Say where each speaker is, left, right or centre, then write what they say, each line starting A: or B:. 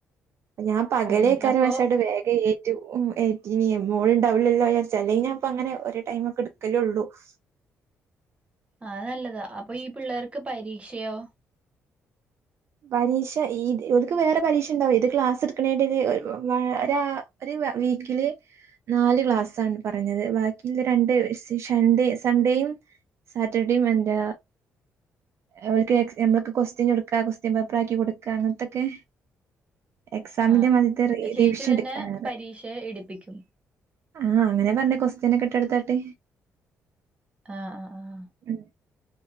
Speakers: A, on the right (about 55°); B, on the right (about 20°).
A: ഞാൻ പകലേക്കാരെ
B: ഉം ഉം അപ്പൊ
A: പഷെവ്ടെ വേഗയ്യ. റ്റും ഉം ഏറ്റിനി മോള്ണ്ടാവില്ലല്ലോര്ച്ച് അല്ലെങ്കി ഞാപ്പങ്ങനെ ഒര് ടൈമക്കെ ഇട്ക്കലുള്ളൂ. <inaudible>
B: ആ നല്ലതാ അപ്പൊ ഈ പിള്ളേർക്ക് പരീക്ഷയോ?
A: പരീഷ ഈത് ക്ക് വേറെ പരീക്ഷ. ണ്ടാവും ഇത് ക്ലാസ് ഇട്ക്ക്ണിന്റൊര് ഒഹ് വാ ഒരാ ഒരു വീക്കില്. നാല് ക്ലാസ്സാണ് പറഞ്ഞത് ബാക്കിള്ള രണ്ട് ഒരു ശ് ശൺഡേ സൺഡേയും. സാറ്റർഡേം എന്താ അവക്ക് നമ്മൾക്ക് കൊസ്റ്റൻ കൊടുക്കാ കൊസ് കൊസ്റ്റിയൻ പേപ്പറാക്കി കൊട്ക്ക അങ്ങൻത്തൊക്കെ. എക്സാമിന്റെ
B: ആഹ്
A: മധ്യത്തെ റി
B: ചേച്ചി
A: റിവിഷൻ
B: തന്നെ
A: എടുക്കാനറെ.
B: പരീക്ഷ എടുപ്പിക്കും
A: ആഹ് അങ്ങനെ പർഞ്ഞെ കൊസ്റ്റിയെൻ നൊക്കെ ട്ടെടുത്താട്ട്.
B: അ ആഹ ആഹ്.
A: ഉം